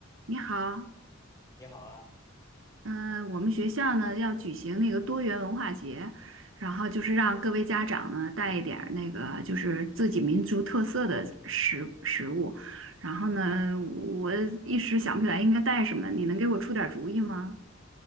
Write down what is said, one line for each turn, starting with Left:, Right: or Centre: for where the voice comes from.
Right: 你好，
Left: 你好啊，
Right: 嗯、我们学校呢要举行那个多元文化节，然后就是让各位家长呢带一点儿那个就是自己民族特色的食食物，然后呢，我一时想不起来应该带什么，你能给我出点儿主意吗？